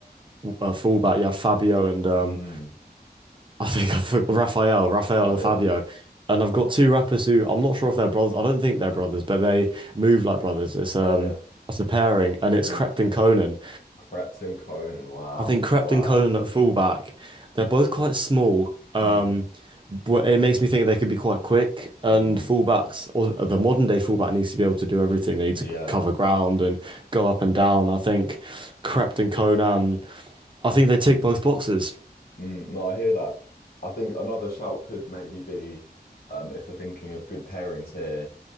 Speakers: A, on the right; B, on the left.
A: uh, fullback. You had Fabio and um,
B: mm.
A: I think I've Raphael, Raphael
B: Oh
A: and
B: yeah.
A: Fabio. And I've got two rappers who I'm not sure if they're brothers. I don't think they're brothers, but they move like brothers. It's um
B: Oh yeah.
A: it's a pairing and it's
B: Mm.
A: Crept and Conan.
B: Crept Conan. Wow.
A: I think Crept
B: Wow.
A: and Conan at fullback, they're both quite small. Um
B: Mm,
A: but it makes me think they could be quite quick and
B: mm,
A: fullbacks or the modern day fullback needs to be able to do everything. They need
B: yeah.
A: to cover ground and go up and down. I think Crept and Conan, I think they tick
B: Mm,
A: both boxes.
B: mm. No, I hear that. I think another shout could maybe be, um, if we're thinking of good pairings here,